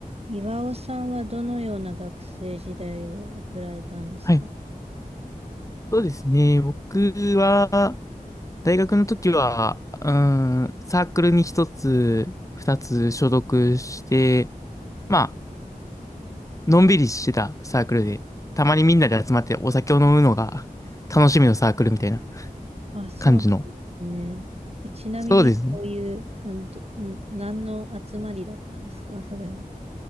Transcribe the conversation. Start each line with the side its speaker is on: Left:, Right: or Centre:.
Right: 岩尾さんはどのような学生時代を送られたんですか
Left: はい、そうですね。僕は、大学の時は、うん、サークルに一つ、二つ所属して、まあ、のんびりしてたサークルで、たまにみんなで集まってお酒を飲むのが楽しみのサークルみたいな
Right: あ、そうなんですね。
Left: 感じの。
Right: え、ちなみに、
Left: そうですね。
Right: こういう、あのどん何の集まりだったんですかそれは。